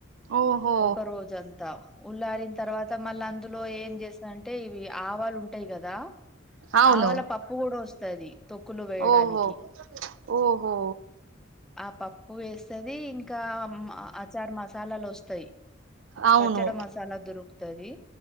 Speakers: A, on the right; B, in the centre.
A: ఓహో
B: ఒక రోజంతా ఉల్లారిన్ తర్వాత మళ్ళ అందులో ఏం చేస్తదంటే ఇవి ఆ టైయ్ కదా
A: అవును
B: ఆవాళ్ళ పప్పు కూడా వస్తది తొక్కులు వేయడానికి
A: ఓహో ఓహో
B: ఆ పప్పు వేస్తది ఇంకా అచార్ మసాలాలేస్ తయ్
A: అవును
B: పచ్చడ మసాలా దొరుకుతది